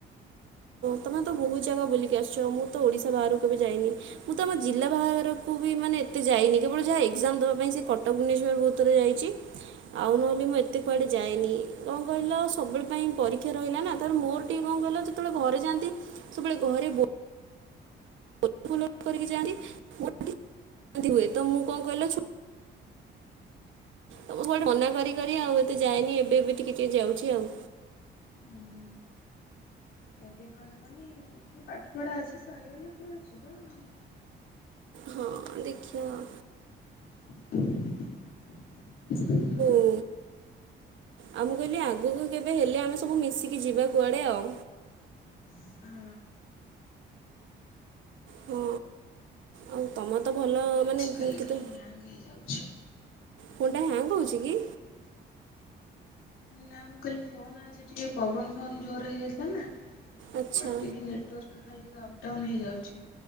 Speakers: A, on the left; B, on the right.
A: <inaudible>
B: ତୁମେ ତ ବହୁତ ଜାଗା ବୁଲିକି ଆସିଚ ମୁଁ ତ ଓଡ଼ିଶା ବାହାର କୁ କେବେ ଯାଇନି। ମୁଁ ତ ଆମ ଜିଲ୍ଲା ବାହାରକୁ ବି ମାନେ ଏତେ ଯାଇନି କେବଳ ଯାହା ଏକ୍ଜାମ ଦେବା ପାଇଁ ସେ କଟକ ଭୁବନେଶ୍ଵର ବହୁତ <unintelligible> ଯାଇଚି। ଆଉ ନହେଲେ ମୁଁ ଏତେ କୁଆଡ଼େ ଯାଇନି କଣ କହିଲ ସବୁବେଳେ ପାଇଁ ପରୀକ୍ଷା ରହିଲା ନା ଧର ମୋର ଟି କଣ କହିଲ ଯେତେବେଳେ ଘରେ ଯାଆନ୍ତି ସବୁବେଳେ ଘରେ ବୋ <unintelligible> କରିକି ଯାଆନ୍ତି <unintelligible> ତ ମୁଁ କଣ କହିଲେ ଛୁ ଆ ମୁଁ କୁଆଡେ ମନା କରି କରି ଆଉ ଏତେ ଯାଏନି ଏବେ ଏବେ ଟିକେ ଟିକେ ଯାଉଚି ଆଉ।
A: ହୁଁ ଏବେ କଣ <unintelligible> ଟିକେ ପାଠ ପଢା ଅଛି ସରିଗଲେ ପରେ ଯିବ ଆଉ।
B: ହଁ ଦେଖିଆ ଆଉ।
A: <inaudible>
B: ହୁଁ ଆଉ ମୁଁ କଇଲି ଆଗକୁ କେବେ ହେଲେ ଆମେ ସବୁ ମିଶିକି ଯିବା କୁଆଡ଼େ ଆଉ।
A: ହଁ
B: ହଁ ଆଉ ତମ ତ
A: ଫୋନଟା
B: ଭଲ ମାନେ
A: ଆଜିକାଲି
B: କେତେ
A: କାହିଁ ହ୍ୟାଙ୍ଗ୍ ହେଇଯାଉଛି।
B: ଫୋନ୍ ଟା ହ୍ୟାଙ୍ଗ୍ ହୋଉଚି କି?
A: ନା ମୁଁ କହିଲି ଫୋନ ଆଜି ଟିକେ ପବନ ଫବନ ଜୋରେ ହେଇଯାଇଥିଲା ନା।
B: ଆଚ୍ଛା
A: କୁଆଡେ ଟିକେ ନେଟୱାର୍କ ଖାଲି ଟିକେ ଅପଡାଉନ ହେଇଯାଉଚି।